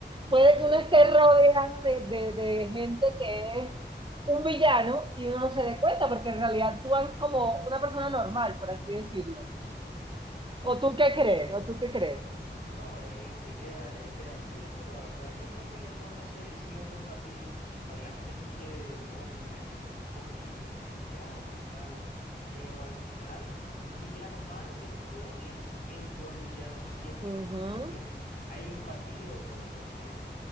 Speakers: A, on the right (about 25°); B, on the left (about 50°).
A: puede
B: es
A: que
B: así.
A: uno esté rodeado de, de, de gente que es un villano y uno no se dé cuenta porque en realidad actúan como una persona normal, por así decirlo.
B: Ujú,
A: ¿O tú
B: ujú.
A: qué crees? ¿O tú qué crees?
B: No, es, es que, es que así, en verdad. O sea, yo creo que le pone ese, ese lado de empatía para que la gente como que coge y se identifique un poquito con el villano y tal. Pero al final, un villano malo que tú odias es un buen villano siempre.
A: Ujú,
B: ¿Tú me entiendes? Hay empatía o no de por medio.